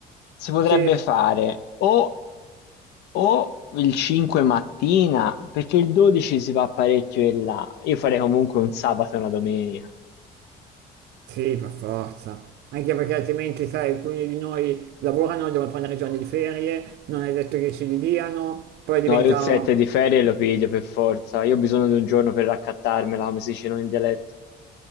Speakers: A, on the left; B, on the right.
A: Si potrebbe
B: Sì,
A: fare o O il 5 mattina, perché il 12 si va parecchio in là. Io farei comunque un sabato e una domenica.
B: sì, per forza. Anche perché altrimenti, sai, alcuni di noi lavorano, devono prendere i giorni di ferie, non è detto che ce li diano, poi diventa,
A: No, io il 7 di ferie lo piglio per forza. Io ho bisogno di un giorno per raccattarmela, come si dice noi in dialetto.